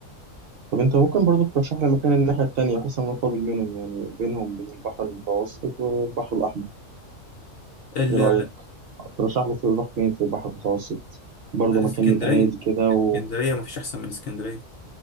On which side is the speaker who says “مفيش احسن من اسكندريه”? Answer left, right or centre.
Left